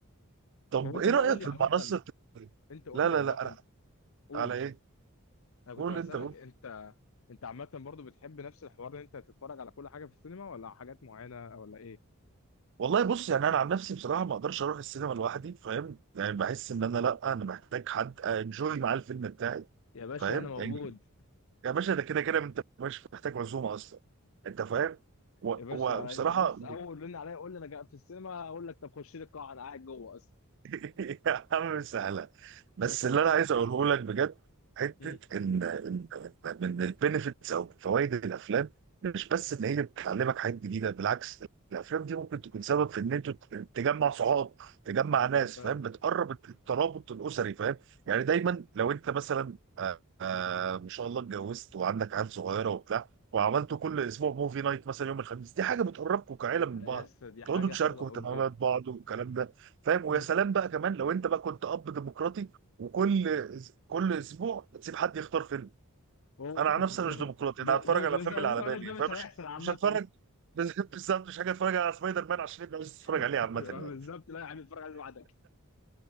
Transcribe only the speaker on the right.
طب
ايه
رايك
في
المنصه الت-
لا
لا
لا انا
على ايه؟
قول
انت قول
والله بص يعني انا عن نفسي بصراحه ما اقدرش اروح السينما لوحدي فاهم؟ يعني بحس ان انا لا انا محتاج حد انجوي معاه الفيلم بتاعي
فاهم؟
يعني يا باشا ده كده كده انت مش محتاج عزومه اصلا انت فاهم؟ و-
وبصراحه
<laughs> يا عم سهله بس
اللي انا عايز اقوله لك بجد حته
ان إن- من البينيفيتس او فوائد الافلام مش بس ان هي بتعلمك حاجات جديده بالعكس الافلام دي ممكن تكون سبب في ان انت تجمع صحاب تجمع ناس
فاهم بتقرب الترابط الاسري فاهم يعني دايما لو انت مثلا آه، آه، ما شاء الله اتجوزت وعندك عيال صغيره وبتاع وعملتوا كل اسبوع موفي نايت مثلا يوم الخميس دي حاجه بتقربكم كعيله
من بعض
تقعدوا
تشاركوا
اهتمامات
بعض والكلام ده فاهم ويا
سلام بقى كمان لو انت بقى كنت اب ديمقراطي وكل كل اسبوع تسيب حد يختار فيلم
انا عن نفسي
أنا
مش ديمقراطي
انا هتفرج
على الافلام
اللي
على
بالي
فمش
مش هتفرج <laughs> بس- بالظبط مش حاجه اتفرج على سبايدر مان عشان يبقى عايز اتفرج
عليه عامه يعني